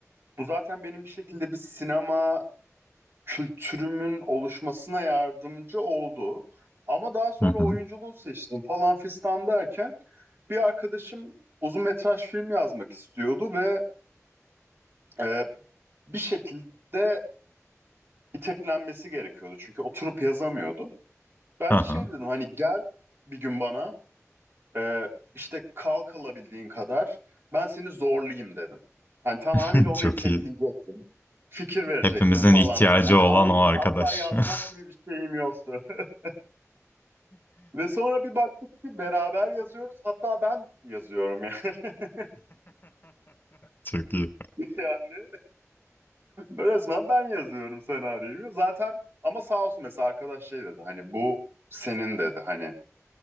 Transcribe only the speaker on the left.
Hı hı.
Aha.
<laughs>
Çok
iyi.
Hepimizin
ihtiyacı
olan
o arkadaş.
<laughs>
Çok iyi.